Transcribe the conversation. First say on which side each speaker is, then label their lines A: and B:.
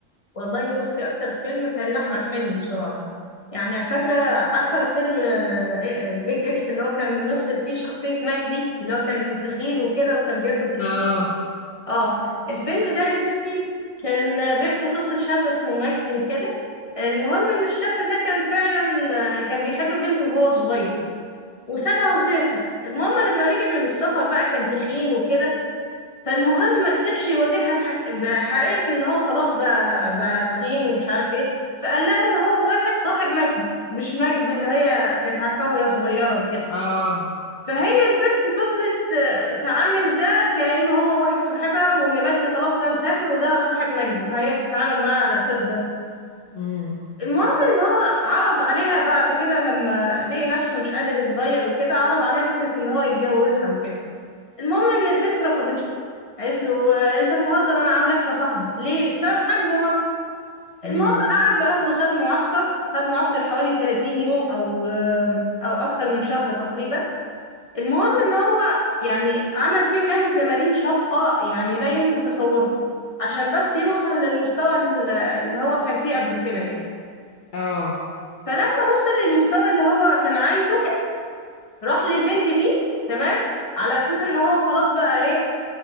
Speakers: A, on the left (about 25°); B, on the left (about 45°).
A: والله بصي اكتر فيلم كان لاحمد حلمي بصراحه يعني فاكره عارفه فيلم آه، بيج اكس اللي هو كان ممثل فيه شخصيه مجدي اللي هو كان تخين وكده وكان بياكل كتير
B: اه
A: اه الفيلم ده يا ستي كان بيحكي قصه شاب اسمه مجدي وكده المهم ان الشاب ده كان فعلا آه، كان بيحب بنته وهو صغير وسابها وسافر المهم لما رجع من السفر بقى كان تخين وكده فالمهم ما قدرش يواجهها بحك... بحقيقة ان هو خلاص بقى بقى تخين ومش عارف ايه فقال لها ان هو واحد صاحب مجدي مش مجدي اللي هي كانت عارفاه وهي صغيرة وكده
B: اه
A: فهي البنت فضلت آه، تعامل ده كأنه هو واحد صاحبها وان مجدي خلاص ده مسافر وده صاحب مجدي فهي بتتعامل معاه على اساس ده
B: امم
A: المهم ان هو عرض عليها بعد كده لما لقي نفسه مش قادر يتغير وكده عرض عليها فكرة ان هو يتجوزها وكده المهم ان البنت رفضته قالت له آه، انت بتهزر انا عاملاك كصاحبي ليه بسبب حجمه برضه المهم
B: امم
A: قعد بقى اخده خد معسكر خد معسكر حوالي 30 يوم او آم، او اكتر من شهر تقريبا المهم ان هو يعني عمل فيه كم تمارين شاقة يعني لا يمكن تصوره عشان بس يوصل للمستوى ال- اللي هو كان فيه قبل كده يعني
B: اه
A: فلما وصل للمستوى اللي هو كان عايزه راح للبنت دي تمام على اساس ان هو خلاص بقى ايه